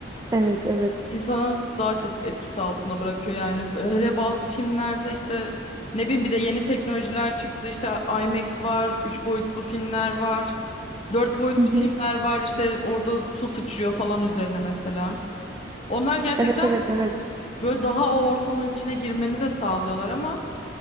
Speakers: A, on the right; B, on the left.
A: Evet, evet.
B: İnsana daha çok etkisi altına bırakıyor yani. Hele bazı filmlerde işte ne bileyim bir de yeni teknolojiler çıktı. İşte IMAX var, üç boyutlu filmler var, dört boyutlu
A: Hı hı.
B: filmler var. İşte orada su sıçrıyor falan üzerine mesela. Onlar gerçekten
A: Evet, evet, evet.
B: Böyle daha o ortamın içine girmeni de sağlıyorlar ama